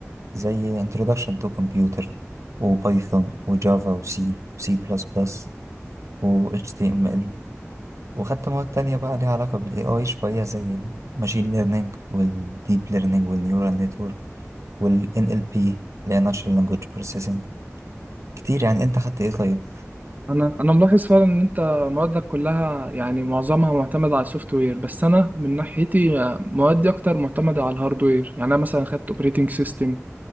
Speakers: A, on the right; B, on the right.
A: زي introduction to computer وبايثون وجوافا وسي سي بلس بلس وhtml وخدت مواد تانية بقى اللي علاقة بالإي أيش بقية زي machine learning والdeeplearning والناورالنور والNLP language language processing كتير يعني أنت خدت أي طيب
B: انا انا ملاحظ فعلا ان انت موادك كلها يعني معظمها معتمد على السوفت وير بس انا من ناحيتي آه، موادي اكتر معتمده على الهاردوير يعني انا مثلا خدت اوبريتنج سيستم